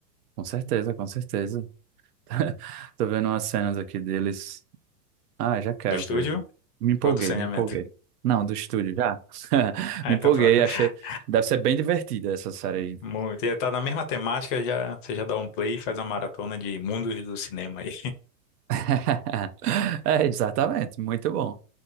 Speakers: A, on the right (about 70°); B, on the left (about 35°).
A: com certeza, com certeza. <laughs> Tô vendo umas cenas aqui deles. Ah, já quero
B: Do estúdio
A: ver. Me empolguei,
B: ou do saneamento?
A: me empolguei. Não, do estúdio, já. <laughs>
B: Ah,
A: Me
B: então
A: empolguei,
B: pronto.
A: achei.
B: <laughs>
A: Deve ser bem divertida essa série aí.
B: Muito. E tá na mesma temática, já, você já dá um play e faz uma maratona de mundos do cinema aí.
A: <laughs> É, exatamente, muito bom.